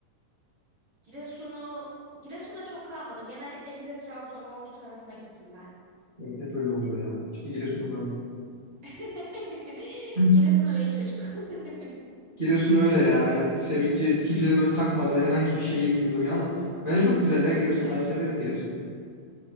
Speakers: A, on the right; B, on the right.
A: Giresun'u Giresun'da çok kalmadım. Genellikle Rize, Trabzon, Ordu tarafına gittim ben.
B: Evet, hep öyle oluyor ya. Hiçbir Giresun'a uğramıyorum.
A: <laughs>
B: <clears throat>
A: Giresun üvey çocuk. <laughs>
B: Giresun öyle ya. Evet. Sevinci kimsenin böyle takmadığı herhangi bir şehir gibi duruyor ama bence çok güzel ya Giresun.
A: Evet.
B: Ben severim Giresun'u.